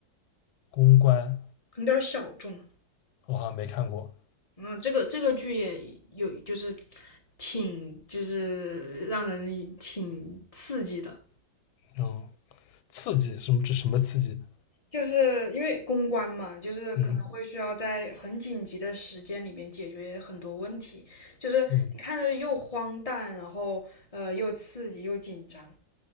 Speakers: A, on the left; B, on the left.
A: 公关
B: 很点儿小众。
A: 我好像没看过。
B: 嗯，这个这个剧也有，就是挺就是让人挺刺激的，
A: 嗯，刺激什么？这什么刺激？
B: 就是因为公关嘛，就是可能会需要在很紧急的时间里面解决很多问题，
A: 嗯
B: 就是你看着又荒诞，
A: 嗯，
B: 然后呃又刺激又紧张，